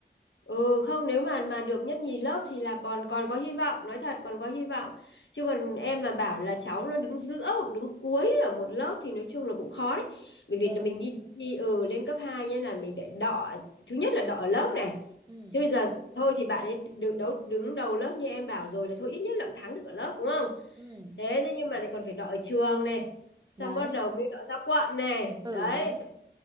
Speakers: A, on the left (about 80°); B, on the right (about 25°).
A: Ừ không nếu mà mà được nhất nhì lớp thì là còn còn có hy vọng nói thật còn có hy vọng chứ còn em mà bảo là cháu nó đứng giữa hoặc đứng cuối ở một lớp thì nói chung là cũng khó đấy bởi
B: dạ
A: vì mình đi đi ừ, lên cấp 2 nên là mình để đọ thứ nhất là đọ ở lớp này
B: ừ
A: thế bây giờ thôi thì bạn ấy đứng đấu đứng đầu lớp như em bảo rồi là thôi ít nhất là cũng thắng được ở lớp đúng không
B: ừ
A: thế thế nhưng mà lại còn phải đọ ở trường này xong
B: đấy
A: bắt đầu mới đọ ra quận này
B: ừ
A: đấy
B: đấy